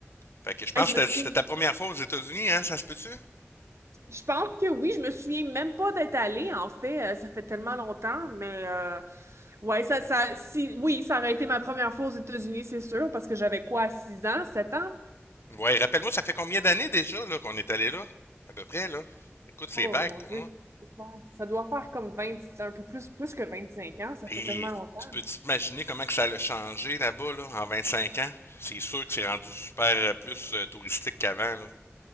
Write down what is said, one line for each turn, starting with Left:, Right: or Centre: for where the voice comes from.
Left: Fait que je pense
Right: Hey, je me
Left: que
Right: souviens
Left: c'était c'était ta première fois aux États-Unis, hein, ça se peut-tu?
Right: Je pense que oui, je me souviens même pas d'être allée, en fait, euh, ça fait tellement longtemps, mais euh, ouais, ça, ça, si, oui, ça aurait été ma première fois aux États-Unis, c'est sûr, parce que j'avais quoi, 6 ans, 7 ans?
Left: Ouais, rappelle-moi, ça fait combien d'années déjà là qu'on est allé là? À peu près là. Écoute, c'est
Right: Oh
Left: vague
Right: mon
Left: pour
Right: Dieu,
Left: moi.
Right: ça doit faire comme 20, un peu plus, plus que 25 ans, ça
Left: Et
Right: fait tellement longtemps.
Left: tu peux t'imaginer comment que ça a changé là-bas là, en 25 ans? C'est sûr que c'est rendu super euh, plus euh, touristique qu'avant. Là.